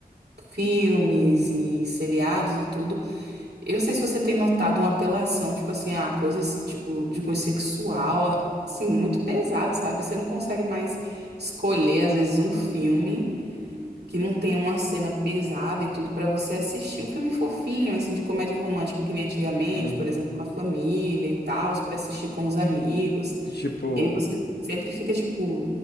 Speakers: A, on the right (about 85°); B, on the left (about 90°).
A: filmes e seriados e tudo. Eu não sei se você tem notado uma apelação, tipo assim, a coisas tipo de cunho sexual, assim, muito pesado, sabe? Você não consegue mais escolher, às vezes, um filme que não tem uma cena pesada e tudo pra você assistir. Um filme fofinho, assim, de comédia romântica, que nem antigamente,
B: Uhum.
A: por exemplo, com a família e tal, pra assistir com os amigos.
B: E, Tipo,
A: E aí você sempre fica, tipo,